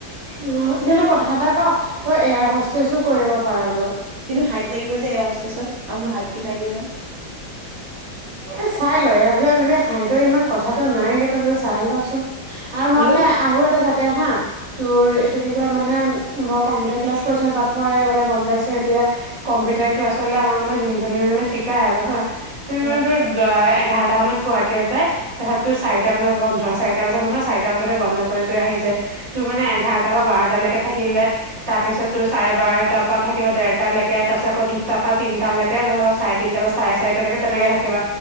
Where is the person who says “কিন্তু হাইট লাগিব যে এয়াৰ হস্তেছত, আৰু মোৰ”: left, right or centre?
Right